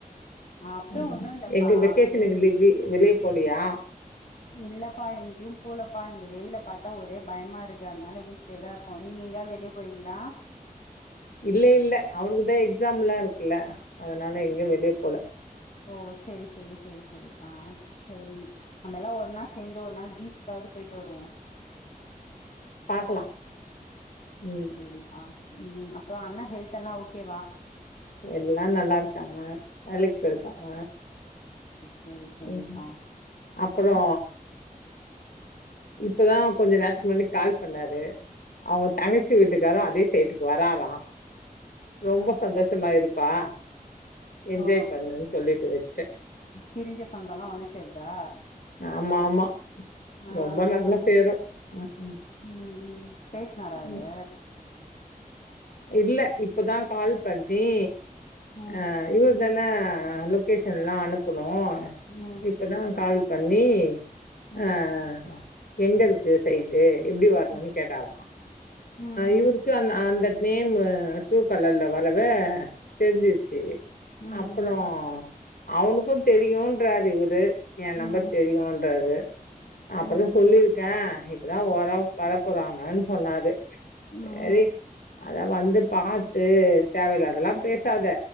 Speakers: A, on the left; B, on the left.
A: அப்புறோ
B: உஹ
A: ஒண்ணு இல்லப்பா
B: எங்க வெக்கேஷ
A: ஓ
B: இல வெளி போலியா
A: இல்லப்பா எங்கேயு போலப்பா இந்த வெயில பாத்தா ஒரே பயமா இருக்கு அதனால வீட்டுலயேதா இருக்கோ நீங்க எங்கேயாவது வெளிய போறீங்களா
B: இல்ல இல்ல அவனுக் தா எக்ஸாம்லா இரு இல்ல அதனால எங்கேயு வெளிய போல
A: ஓ சரி சரி சரி அ சரி நம எல்லா ஒ ஒன்னா சேந்து ஒரு நாள் பீச்சுக்காவது போயிட் ருவோ
B: பாக்கலா ம்
A: சரிப்பா உம் அப்புற அண்ணா ஹெல்துல்லா ஓகே
B: எல்லா நல்லா இருக்காங்க வேலைக்கு போயிருக்காங்க
A: சரி சரிப்பா
B: ம்
A: அப்புற
B: அப்பறோ இப்பதா கொஞ்ச நேரத்துக்கு முன்னாடி கால் பண்ணாரு அவங்க தங்கச்சு வீட்டுக்காரு அதே சைட்டுக்கு வரறா ரொம்ப சந்தோஷமா இருப்பா என்ஜாய்
A: ஓ
B: பண்ணுன்னு சொல்லிட்டு வச்சிட்டு
A: பிரிஞ்ச சொந்தம்ல்லா ஒண்ணு சேதா
B: ஆமா ஆமா
A: ஆஹ்
B: ரொம்ப நல்லா சேரு ம் ம்
A: உஹம் பேசனார அவரு
B: ம் இல்ல இப்பதா கால் பண்ணி
A: ம்
B: ஆஹ் இவ அதான லொக்கேஷன்லா அனுப்பணு
A: ம்
B: இப்பதா கால் பண்ணி
A: ம்
B: ஆஹ் எங்க இருக்கு சைட்டு எப்படி வரணும்னு
A: ம்
B: கேட்டாலா
A: ம்
B: இவருக்கு அந்த அந் நேமு ட்ரூ காலர்ல வரவே தெரிஞ்சிடுச்சு
A: ம் ம்
B: அப்புறோ அவனுக்கு தெரியுன்றாரு இவுரு ஏன் நம்பர்
A: ம்
B: தெரியும்ன்ராரு அப்டிதா
A: ம்
B: சொல்லிருக்கே இப்பதா வர வர போறாங்கன்னு சொன்னாரு
A: ம்
B: சரி அத வந்து பாத்து தேவல்லாதல்லா பேசாத